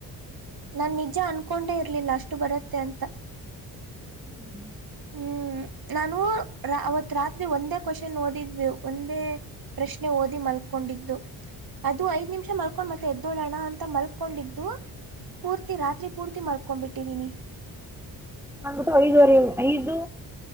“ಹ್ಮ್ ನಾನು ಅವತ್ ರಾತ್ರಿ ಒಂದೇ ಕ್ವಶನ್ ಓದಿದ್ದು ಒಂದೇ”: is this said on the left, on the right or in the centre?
Right